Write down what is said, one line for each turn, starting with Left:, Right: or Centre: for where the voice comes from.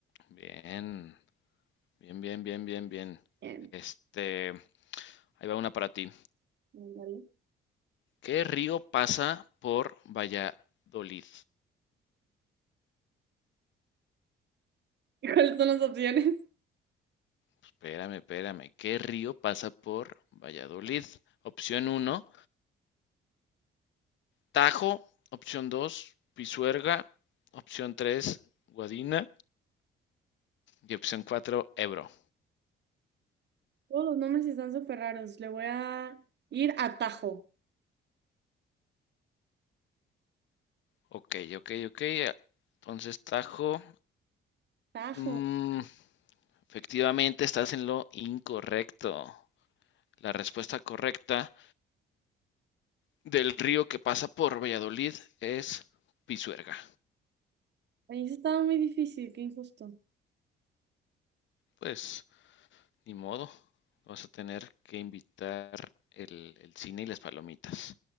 Left: bien, bien, bien, bien, bien, bien.
Right: Bien.
Left: Este, ahí va una para ti.
Right: Ándale.
Left: ¿Qué río pasa por Valladolid?
Right: <laughs> ¿Y ¿Cuáles son las opciones?
Left: Espérame, espérame. ¿Qué río pasa por Valladolid? Opción uno Tajo, opción 2, Pisuerga, opción 3, Guadina y opción 4, Ebro.
Right: Todos los nombres están súper raros. Le voy a ir a Tajo.
Left: Ok, ok, ok. Entonces, Tajo,
Right: Tajo.
Left: mm, efectivamente estás en lo incorrecto. La respuesta correcta del río que pasa por Valladolid es Pisuerga.
Right: Ahí sí estaba muy difícil, qué injusto.
Left: Pues, ni modo, vas a tener que invitar el, el cine y las palomitas.